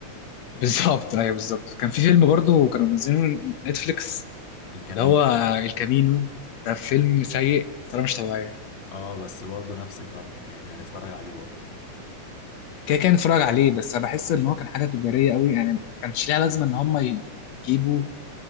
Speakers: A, on the left; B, on the left.
A: <laughs> بالظبط ايوه بالظبط كان في فيلم برضه كانوا منزلينه نتفليكس
B: الكمين
A: اللي هو الكامينو ده فيلم سيء بطريقه مش طبيعيه
B: اه بس برضه نفس المبدأ يعني هنتفرج عليه برضه <laughs>
A: كده كان اتفرج عليه بس انا بحس ان هو كان حاجه تجاريه قوي يعني ما كانش ليها لازمه ان هم يجيبوا